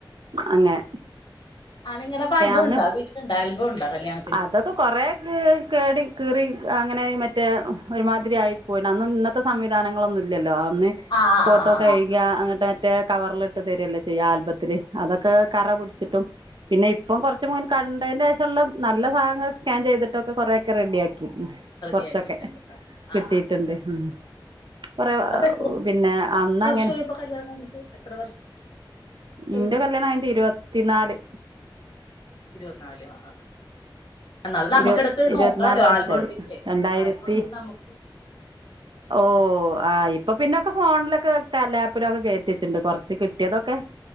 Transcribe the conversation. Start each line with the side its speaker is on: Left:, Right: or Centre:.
Right: അങ്ങനെ
Left: ആഹ് നിങ്ങളെപ്പ ആൽബും
Right: അന്ന്
Left: ഉണ്ടാേ വീട്ടില് ഇണ്ടോ ആൽബും ഉണ്ടാേ കല്യാണ
Right: അതൊക്കെ കാെറേ ക് കേടി കീറി അങ്ങനെ മറ്റേ ഒരുമാതിരി ആയി പോയിണഅന്നാെൻ ഇന്നത്തെ സംവിധാനങ്ങളൊന്നും ഇല്യല്ലോ അന്ന്
Left: ആ ആ
Right: ഫോട്ടോ
Left: ആ ആ
Right: കെഴ്കിയാ
Left: ആ
Right: അങ്ങട്ട് മറ്റേ കവർല്ട്ട് തെര്യല്ലെ ചെയ്യാ ആൽബത്തില് അതൊക്കെ കറ പുട്ച്ചിട്ടും പിന്നെ ഇപ്പം കൊറച്ച് മാേൻ കണ്ടൈന്റെ ഏഷള്ളത് നല്ല സാധങ്ങള് സ്കാൻ ചെയ്ത്ട്ടൊക്കെ കൊറെ എക്കെ റെഡിയാക്കി ഉം
Left: റെഡിയാക്കിയിട്ടുണ്ട്
Right: കൊർച്ചൊക്കെ
Left: ആ ആ
Right: കിട്ടിയിട്ട്ണ്ട്
Left: ആ
Right: ഉം കൊറെ
Left: അപ്പൊ എത്ര
Right: പിന്നെ അന്നഅങ്ങനെ
Left: വർഷമായി ഇപ്പൊ കല്യാണം കഴിഞ്ഞിട്ട് എത്ര വർഷമായി
Right: ഇന്റെ കല്യാണം കഴിഞ്ഞ്ട്ട് ഇരുവത്തിനാല്
Left: ഇരുവത്നാല് ആഹ് ആഹ് എന്നാലും നമക്കെക്ക്
Right: ഇരുപത്
Left: ഇത് നോക്കാലോ
Right: ഇരുപത്തിനാല് വർഷമായി
Left: ആൽബും ഇണ്ടെങ്കിലേ
Right: രണ്ടായിരത്തി
Left: ആൽബും ഇണ്ടെങ്കി നമുക്ക്
Right: ഓ ആഹ് ഇപ്പൊ പിന്നൊക്ക ഫോൺലൊക്കെ വെ തെ ലാപ്പിലൊക്കെ കേറ്റിവെച്ച്ണ്ട് കൊറച്ച് കിട്ടിയതൊക്കെ